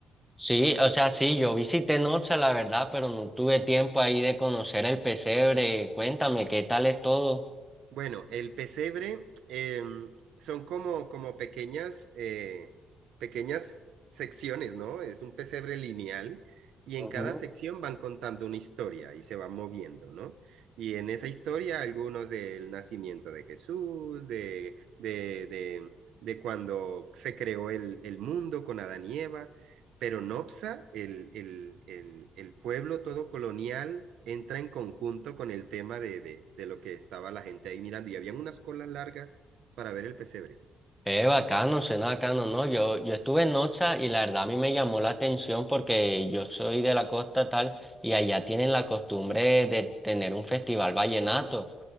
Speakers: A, in the centre; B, on the right.
A: sí, o sea, sí, yo visité Nocha, la verdad, pero no tuve tiempo ahí de conocer el pesebre. Cuéntame, ¿qué tal es todo?
B: Bueno, el pesebre em, son como, como pequeñas, eh, pequeñas secciones, ¿no? Es un pesebre lineal y
A: Ujú.
B: en cada sección van contando una historia y se van moviendo, ¿no? Y en esa historia algunos del nacimiento de Jesús, de, de, de, de cuando se creó el, el mundo con Adán y Eva, pero Nopsa, el, el, el, el pueblo todo colonial, entra en conjunto con el tema de, de, de lo que estaba la gente ahí mirando y habían unas colas largas para ver el pesebre.
A: Eh, bacano, suena bacano, ¿no? Yo, yo estuve en Nocha y la verdad a mí me llamó la atención porque yo soy de la costa tal y allá tienen la costumbre de tener un festival vallenato